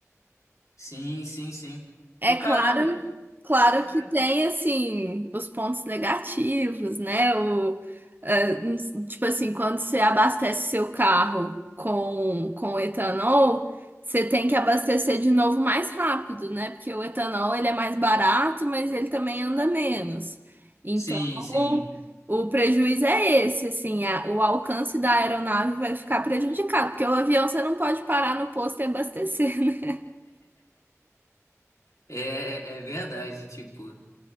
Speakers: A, on the left (about 85°); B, on the right (about 35°).
A: Sim, sim, sim.
B: É
A: E caramba,
B: claro, claro
A: caraca.
B: que tem assim os pontos negativos, né? O, é, n- tipo assim, quando você abastece seu carro com, com etanol, você tem que abastecer de novo mais rápido, né? Porque o etanol ele é mais barato, mas ele também anda menos. Então,
A: Sim, sim.
B: o prejuízo é esse, assim, a- o alcance da aeronave vai ficar prejudicado, porque o avião você não pode parar no posto e abastecer, <laughs>
A: É, é, é verdade, tipo,